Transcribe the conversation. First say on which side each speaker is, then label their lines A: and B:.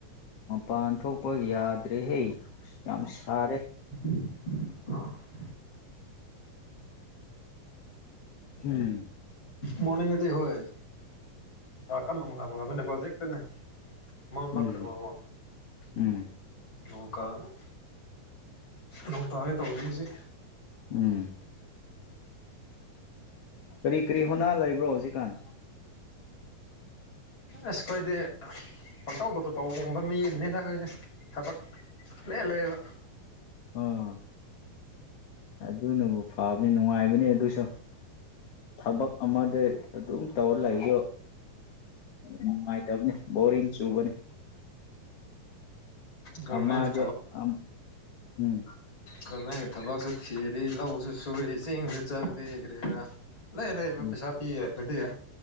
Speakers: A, on the left (about 55°); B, on the left (about 35°).
A: ꯃꯄꯥꯟ ꯊꯣꯛꯄ ꯌꯥꯗ꯭ꯔꯦꯍꯦ ꯌꯥꯝ ꯁꯥꯔꯦ꯫
B: <unintelligible>
A: ꯎꯝ
B: ꯃꯣꯔꯅꯤꯡꯗꯗꯤ ꯍꯣꯏ ꯗꯥꯛꯀ ꯂꫭꯡꯅꯕ ꯍꯧꯖꯤꯛꯇꯅꯦ꯫ ꯃꯥ ꯃꯥ
A: ꯎꯝ
B: ꯀꯔꯃꯃꯣ
A: ꯎꯝ
B: ꯅꯣꯡꯀꯥ‌ꯅꫭꯡ ꯅꯣꯡ ꯇꯥꯒꯦ ꯇꯧꯔꯤꯁꯤ
A: ꯎꯝ ꯀꯔꯤ ꯀꯔꯤ ꯍꯣꯅꯥ ꯂꯩꯕ꯭ꯔꯣ ꯍꯧꯖꯤꯛꯀꯥꯟ꯫
B: ꯑꯁ ꯈꯣꯏꯗꯤ ꯄꯪꯇꯧꯗꯗꯣ ꯇꯧꯕ ꯃꯤꯅꯤꯗ ꯑꯩꯈꯣꯏꯗꯤ꯫ ꯊꯕꯛ ꯂꯩ ꯂꯩꯕꯥ
A: ꯑꯥ ꯑꯗꯨꯅꯕꯨ ꯐꯕꯅꯤ ꯅꯨꯡꯉꯥꯏꯕꯅꯤ ꯑꯗꯨꯁꯨ ꯊꯕꯛ ꯑꯃꯗ ꯑꯗꯨꯝ ꯇꯧꯔ ꯂꯩꯁꯨ ꯅꯨꯡꯉꯥꯏ ꯇꯕꯅꯤ ꯕꯣꯔꯤꯡ ꯆꯨꯕꯅꯤ꯫
B: ꯒꯣꯔꯃꯦꯟꯒꯤ
A: ꯑꯃꯥꯗꯨ ꯑ ꯎꯝ
B: ꯀꯔꯃꯦꯟꯒꯤ ꯊꯕꯛ ꯆꯠꯈꯤꯔꯗꯤ ꯂꯧꯁꯨ ꯁꯨꯔꯤ ꯆꯤꯡꯁꯨ ꯆꯠꯂꯤ ꯀꯔꯤ ꯔꯥ꯫ ꯂꯩ ꯂꯩ
A: ꯎꯝ
B: ꯄꯩꯁꯥ ꯄꯤ ꯐꯗꯤ